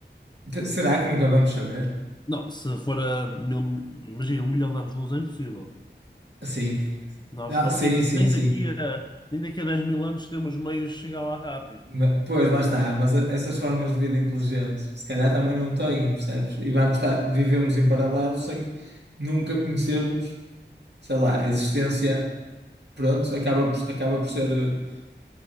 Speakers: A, on the right; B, on the left.
A: T- Será que nunca vamos saber?
B: Não, se for a mil, imagina, um milhão de anos de luz é impossível.
A: Sim.
B: Nós
A: Ah,
B: não
A: sim,
B: temos,
A: sim,
B: nem
A: sim.
B: daqui a, nem daqui a 10 mil anos temos meios de chegar lá rápido.
A: Ma- Pois, lá está, mas a- essas formas de vida inteligentes, se calhar também não têm, percebes? E vamos estar, vivemos em paralelo sem nunca conhecermos, sei lá, a existência, pronto, acaba por, acaba por ser. eh,